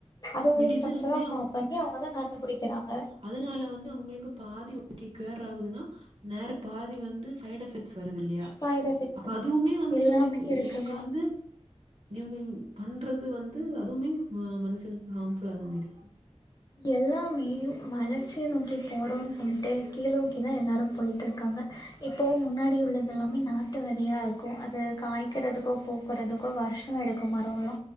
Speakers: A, on the left; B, on the right.
A: அது ஒரு
B: மெடிசனுக்குமே
A: ஸ்ட்ரக்சரா ஃபார்ம் பண்ணி அவுங்கதா கண்டுபிடிக்கிறாங்க
B: அதுனால வந்து அவுங்களுக்கு பாதி ஓகே கியர் ஆகுதுன்னா நேர பாதி வந்து சைடு் எஃபெக்ட்ஸ் வருது இல்லயா
A: சைடு எஃபெக்ட்ஸு
B: அப்ப அதுவுமே வந்து
A: எல்லாமே
B: இவுங்க
A: இருக்குது
B: இவுங்க
A: தான்
B: வந்து இவுங்க பண்றது வந்து அதுவுமே மனுசனுக்கு ஹாம்ஃபுல்லா தா இருக்கி
A: எல்லாமே வளர்ச்சிய நோக்கி போறோன்னு சொல்லிட்டு கீழோக்கி தா எல்லாரு போயிட்டு இருக்காங்க இப்போ முன்னாடி உள்ளது எல்லாமே நாட்டு வெதயா இருக்கு அத காய்க்றதுக்கோ பூக் றதுக்கோ வர்ஷோ எடுக்கு மரோல்லா